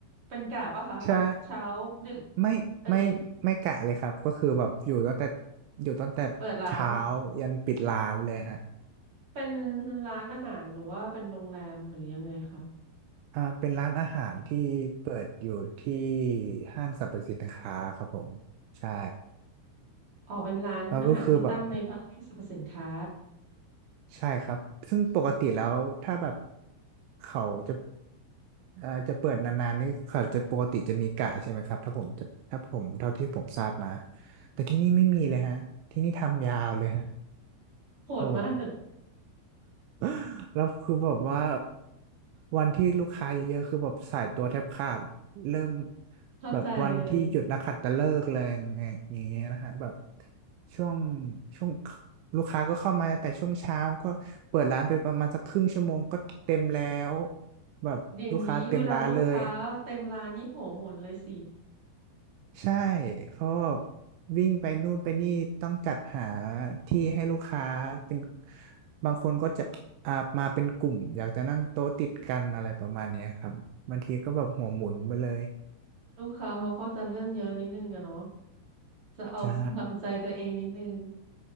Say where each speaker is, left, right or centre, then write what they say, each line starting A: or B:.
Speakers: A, on the right; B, on the right.
A: เป็นกะปะคะแบบเช้าดึก
B: ใช่ไม่ไม่ไม่กะเลยครับก็คือแบบอยู่ตั้งแต่
A: เอ้ย
B: อยู่ตั้งแต่เช้า
A: เปิดร้าน
B: ยันปิดร้านเลยฮะ
A: เป็นร้านอาหารหรือว่าเป็นโรงแรมหรือยังไงคะ
B: อ่าเป็นร้านอาหารที่เปิดอยู่ที่ห้างสรรพสินค้าครับผมใช่
A: อ๋อเป็นร้านอาหารที่ตั้งในห้างสรรพสินค้า
B: แล้วก็คือแบบ ใช่ครับ ซึ่งปกติแล้วถ้าแบบเขาจะเอ่อจะเปิดนานๆนี่เขาจะปกติจะมีกะใช่ไหมครับถ้าผมจะถ้าผมเท่าที่ผมทราบมาแต่ที่นี่ไม่มีเลยฮะที่นี่ทำยาวเลยฮะ
A: โหดมาก
B: โอ้ <laughs> แล้วคือแบบว่าวันที่ลูกค้าเยอะๆคือแบบสายตัวแทบขาดเริ่ม
A: เข้าใจเลย
B: แบบวันที่หยุดนักขัตฤกษ์แรงอย่างเงี้ยนะฮะแบบช่วงช่วงลูกค้าก็เข้ามาแต่ช่วงเช้าก็เปิดร้านไปประมาณสักครึ่งชั่วโมงก็เต็มแล้วแบบลูกค้าเต็มร้านเลย
A: อย่างนี้เวลาลูกค้าเต็มร้านนี่หัวหมุนเลยสิ
B: ใช่ เพราะว่าวิ่งไปนู่นไปนี่ต้องจัดหาที่ให้ลูกค้าเป็นบางคนก็จะอ่ามาเป็นกลุ่มอยากจะนั่งโต๊ะติดกันอะไรประมาณเนี้ยครับบางทีก็แบบหัวหมุนไปเลย
A: ลูกค้าเขาก็จะเรื่องเยอะนิดนึงอะเนาะจะเอาตามใจตัวเองนิดนึง
B: ใช่